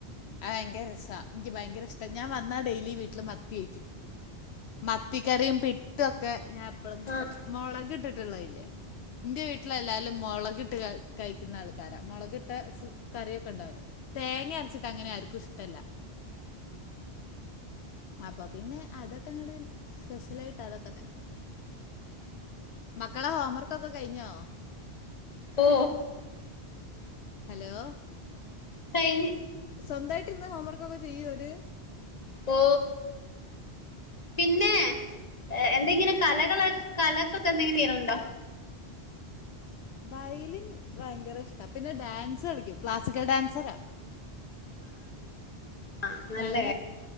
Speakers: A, on the left; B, on the left.
A: ഭയങ്കര രസ എനിക്ക് ഭയങ്കര ഇഷ്ട ഞാൻ വന്നാ ഡെയിലി വീട്ടില് മത്തിയേക്കും മത്തിക്കറിയും പിട്ടും ഒക്കെ ഞാൻ എപ്പഴും
B: ആഹ്
A: മുളക് ഇട്ടിട്ടുള്ള ഇല്ലേ എന്റെ വീട്ടില എല്ലാരും മുളകിട്ട് കഴിക്കുന്ന ആൾക്കാരാ മുളകിട്ട ഫു കറിയൊക്കെ ഉണ്ടാവലേ? തേങ്ങ അടച്ചിട്ട് അങ്ങനെ ആർക്കും ഇഷ്ടല്ല അപ്പൊ പിന്നെ അതൊക്കെ അങ്ങട് സ്പെഷ്യലായിട്ട് തൊക്കെ തന്നെ മക്കളെ ഹോം വർക്കൊക്കെ കഴിഞ്ഞോ?
B: ഓ
A: ഹലോ?
B: കഴിഞ്ഞ
A: സ്വന്തമായിട്ട് ഇരന്ന് ഹോംവർക്കൊക്കെ ചെയ്യര്?
B: ഓ പിന്നെ എന്തെങ്കിലും
A: ഏ
B: കലകള് കലകൊക്കെ എന്തെങ്കിലും ണുണ്ടോ?
A: വയലിൻ ഭയങ്കര ഇഷ്ടാ പിന്നെ ഡാൻസ് കളിക്കും ക്ലാസിക്കൽ ഡാൻസറാ.
B: ആ നല്ല
A: ഞാൻ